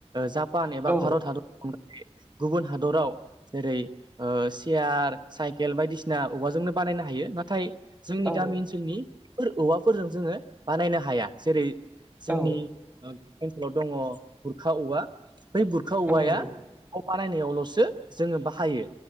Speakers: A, on the right; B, on the right.
A: जापान एबा
B: औ
A: भारत हादरनि अनगायै गुबुन हादराव जेरै सेयार साइकेल बायदिसिना औवाजोंनो बानायनो हायो नाथाय जोंनि
B: औ
A: गामि ओनसोलनिफोर औवाफोरजों जोंङो बानायनो हाया जेरै जोंनि
B: औ
A: ओ ओनसोलाव दङ बुरखा औवा बै बुरखा औवाया
B: औ नंगौ
A: न बानायनायावल'सो जोंङो बाहायो